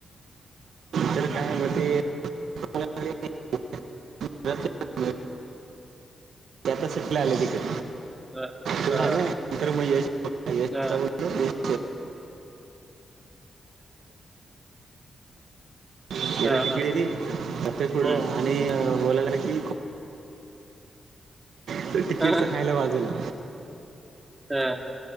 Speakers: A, on the right; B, on the right.
A: तर काय, म ते <unintelligible> त्यात सुटले आले तिथं
B: अ,
A: त
B: अ,
A: झालं, नंतर म यश <unintelligible> यश
B: अ,
A: ला बोललो <inaudible> तर
B: अ,
A: ते पुढं
B: हं.
A: आणि बोलावला की <inaudible> तर तिकीटचं
B: हां,
A: खायला वाजेला <unintelligible> <unintelligible>
B: हां,